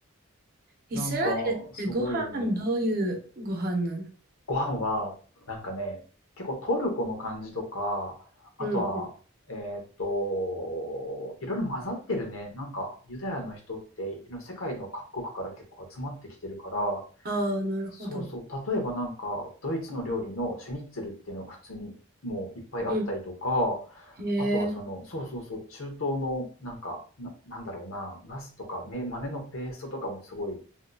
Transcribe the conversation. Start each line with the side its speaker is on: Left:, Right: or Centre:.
Right: イスラエルってご飯どういうご飯なの
Left: う、なんか、すごいよね。ご飯は、なんかね、結構トルコの感じとか、あとは、
Right: うんうん。
Left: えーっと、いろいろ混ざってるね。なんか、ユダヤの人って、いろ世界の各国から結構集まってきてるから、
Right: ああ、なるほど。
Left: そうそう。例えばなんか、ドイツの料理のシュニッツェルっていうのが普通にもういっぱいあったりとか、
Right: うん。へえ。
Left: あとはその、そうそうそう、中東のなんか、な、なんだろうな、ナスとかめ豆のペーストとかもすごい、